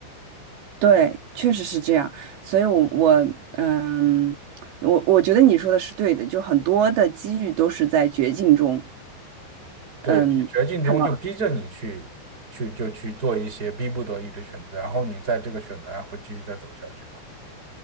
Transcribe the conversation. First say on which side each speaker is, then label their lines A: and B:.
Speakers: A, on the right (about 70°); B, on the right (about 20°).
A: 对，确实是这样，所以我，我嗯，我我觉得你说的是对的，就很多的机遇都是在绝境中，
B: 对，
A: 嗯，
B: 绝境中就逼着你去去就去做一些逼不得已的选择，
A: 看到了，
B: 然后你在这个选择上会继续再走下去吧。